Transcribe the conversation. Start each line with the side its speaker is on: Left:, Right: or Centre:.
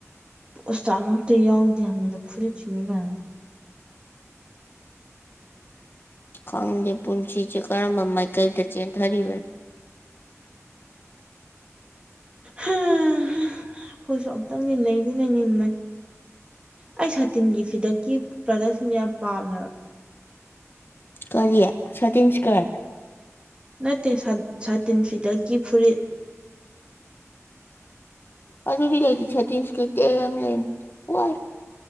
Right: ꯄꯣꯁꯇꯥꯃꯛꯇ ꯌꯥꯎꯗꯦ ꯌꯥꯝꯅꯤꯗ ꯐꯨꯔꯤꯠ ꯊꯅꯤ ꯀꯥꯏ
Left: ꯈꯪꯗꯦ ꯄꯨꯟꯁꯤꯁꯦ ꯀꯔꯝꯕ ꯃꯥꯏꯀꯩꯗ ꯆꯦꯟꯊꯔꯤꯕꯅꯣ
Right: ꯑꯩꯈꯣꯏꯁꯨ ꯑꯝꯇꯪ ꯟꯅꯩꯗꯤ ꯂꯩꯅꯤꯡꯕꯅꯤ ꯑꯩ ꯁꯥꯇꯤꯟꯒꯤ ꯐꯤꯗꯛꯀꯤ ꯄ꯭ꯔꯗꯛꯁꯤꯡꯅ ꯌꯥꯝ ꯄꯥꯝꯃꯦꯕ
Left: ꯀꯔꯤꯂꯤꯌꯥ ꯁꯇꯤꯁꯒꯔ
Right: ꯅꯠꯇꯦ ꯁꯥꯇꯤꯟ ꯐꯤꯗꯛꯀꯤ ꯐꯨꯔꯤꯠ
Left: ꯑꯗꯨꯕꯤ ꯂꯩꯩꯗꯤ ꯇꯤꯟꯁꯀ ꯇ ꯌꯥꯝ ꯂꯩ ꯋꯥ